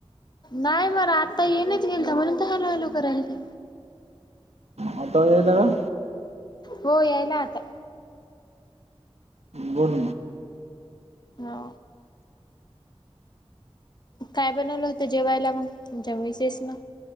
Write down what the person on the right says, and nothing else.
आता येईला ना.
बोल.